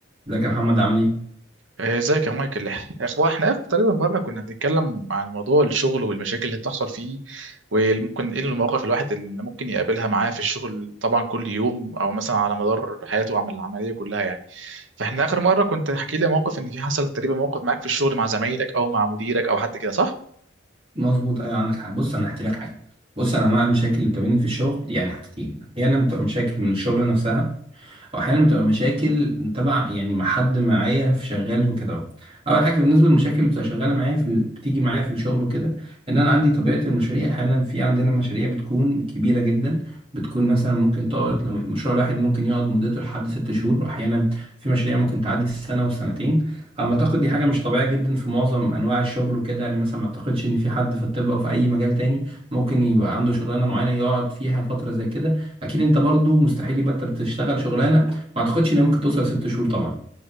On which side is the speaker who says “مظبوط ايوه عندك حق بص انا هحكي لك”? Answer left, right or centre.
Right